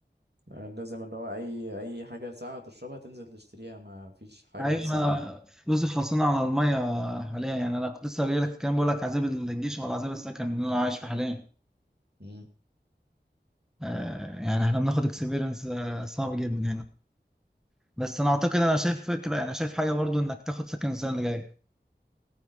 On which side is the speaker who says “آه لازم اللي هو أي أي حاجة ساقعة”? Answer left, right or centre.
Right